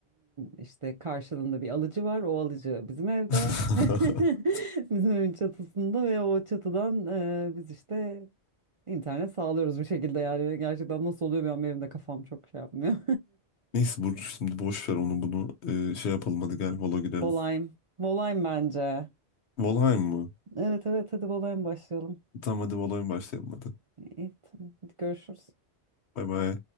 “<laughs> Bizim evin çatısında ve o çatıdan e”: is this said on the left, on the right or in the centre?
Right